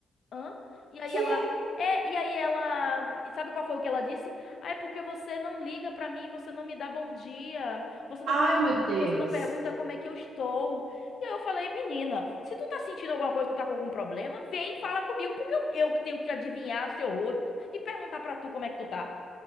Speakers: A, on the left (about 60°); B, on the right (about 75°).
A: Hã? E aí
B: quê?
A: ela. É, e aí ela. Sabe qual foi o que ela disse? Ah, é porque você não liga pra mim, você não me dá bom dia, você não
B: Ai,
A: pergunta,
B: meu Deus.
A: você não pergunta como é que eu estou. E aí eu falei, menina, se tu tá sentindo alguma coisa, tu tá com algum problema, vem e fala comigo, porque eu, eu que tenho que adivinhar seu rosto e perguntar pra tu como é que tu tá.